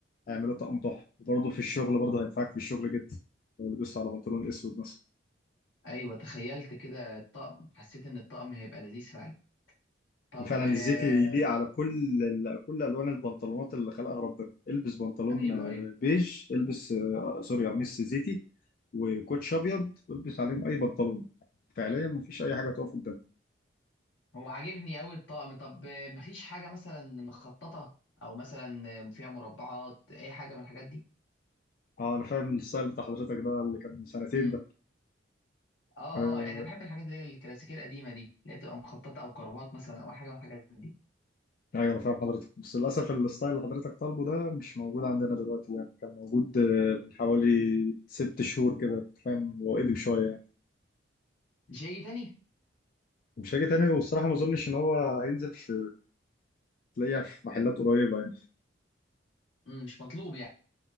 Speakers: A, on the left (about 45°); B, on the left (about 90°).
A: هيعملوا طقم تحفه وبرضه في الشغل برضه هينفعك في الشغل جدا لو لبست على بنطلون اسود مثلا
B: ايوه تخيلت كده الطقم حسيت ان الطقم هيبقى لذيذ فعلا طب
A: فعلا الزيت
B: آه،
A: يليق على كل ال- كل الوان البنطلونات اللي خلقها ربنا البس بنطلون
B: ايوه
A: آه،
B: ايوه
A: بيج البس آه، سوري قميص زيتي وكوتش ابيض والبس عليهم اي بنطلون فعليا مفيش اي حاجه تقف قدامي
B: هو عاجبني قوي الطقم طب آه، مفيش حاجة مثلا مخططة او مثلا آه، فيها مربعات اي حاجة من الحاجات دي
A: اه انا فاهم الستايل بتاع حضرتك ده اللي كان من سنتين
B: امم
A: ده
B: اه
A: آه
B: اه يعني بحب الحاجات اللي هي الكلاسيكية القديمة دي اللي هي بتبقى مخططة او كربات مثلا او اي حاجة من الحاجات دي
A: ايوه انا فاهم حضرتك بس للاسف الستايل اللي حضرتك طالبه ده مش موجود عندنا دلوقتي يعني كان موجود آه، من حوالي ست شهور كده أنت فاهم هو قديم شويه يعني
B: مش هيجي تاني
A: مش هيجي تاني والصراحه ما اظنش ان هو هينزل في تلاقيها في محلات قريبه يعني.
B: امم مش مطلوب يعني